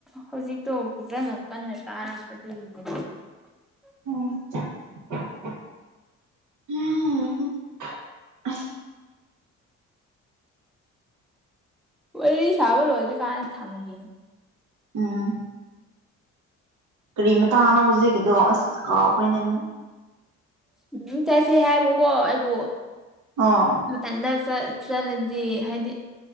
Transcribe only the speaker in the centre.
ꯍꯧꯖꯤꯛꯇꯣ ꯐꯖꯅ ꯀꯟꯅ ꯇꯥꯔꯛꯄꯗꯨꯒꯤꯅꯦ
ꯋꯥꯔꯤ ꯁꯥꯕ ꯂꯣꯏꯗꯔ꯭ꯤꯀꯥꯟ ꯊꯝꯒꯤꯅꯤ
ꯎꯝ ꯆꯁꯦ ꯍꯥꯏꯕꯨꯀꯣ ꯑꯩꯕꯨ
ꯃꯊꯟꯗ ꯆꯠ ꯆꯠꯂꯗꯤ ꯍꯥꯏꯗꯤ